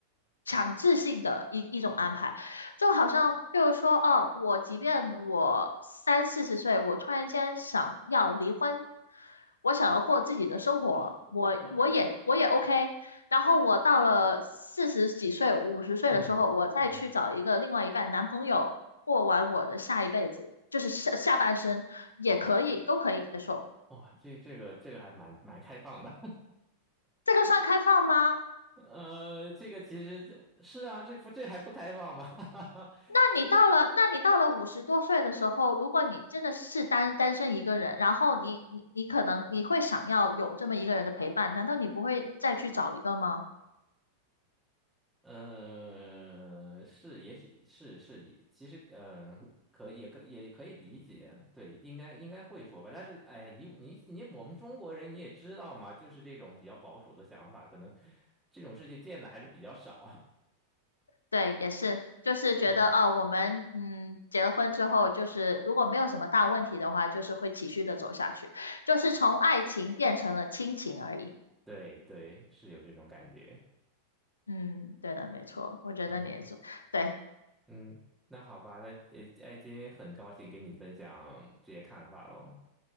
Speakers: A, on the left; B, in the centre.
A: 强制性的一一种安排，就好像譬如说，哦，我即便我三四十岁，我突然间想要离婚，我想要过自己的生活，
B: 哇哇，
A: 我我也我也 OK，然后我到了四十几岁、五十岁的时候，
B: 嗯嗯
A: 我再去找一个另外一半男朋友，过完我的下一辈子，就是下下半生也可以，都可以接受。
B: 哇，这这个这个还蛮蛮开放的。<laughs>
A: 这个算开放吗？
B: 呃，这个其实是啊，这不这还不开放吗？<laughs>
A: 那你到了，
B: 这
A: 那你到了五十多岁的时候，如果你真的是单单身一个人，然后你你你可能你会想要有这么一个人的陪伴，难道你不会再去找一个吗？
B: 呃，是，也许是是，其实呃，可也可也可以理解，对，应该应该会说吧。但是，哎呀，以你你我们中国人你也知道嘛，就是这种比较保守的想法，可能这种事情见的还是比较少。<laughs>
A: 对，也是，就是觉得哦，
B: 嗯
A: 我们嗯结了婚之后，就是如果没有什么大问题的话，就是会持续的走下去，就是从爱情变成了亲情而已。
B: 对对，是有这种感觉。
A: 嗯，对的，没错，我觉得你也是，
B: 嗯
A: 对，
B: 嗯，那好吧，那呃，哎，今天很高兴跟你分享这些看法喽。